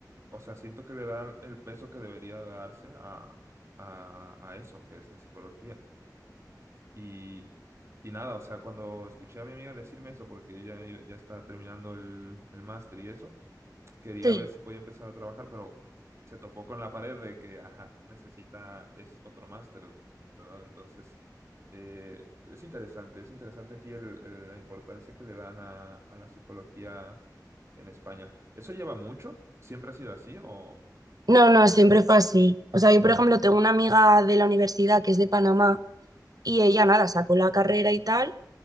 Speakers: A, on the right; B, on the right.
A: o sea, siento que le da el peso que debería darse a, a, a eso, que es la psicología. Y, y nada, o sea, cuando escuché a mi amiga decirme eso, porque ella iba- ya está terminando el, el máster y eso, quería
B: sí.
A: ver si podía empezar a trabajar, pero se topó con la pared de que, ajá, necesita, es otro máster, ¿verdad? Entonces, eh, es interesante, es interesante aquí el- el- la importancia que le dan a, a la psicología en España. ¿Eso lleva mucho? ¿Siempre ha sido así o...?
B: No, no, siempre fue así. O sea, yo, por ejemplo, tengo una amiga de la universidad que es de Panamá y ella, nada, sacó la carrera y tal.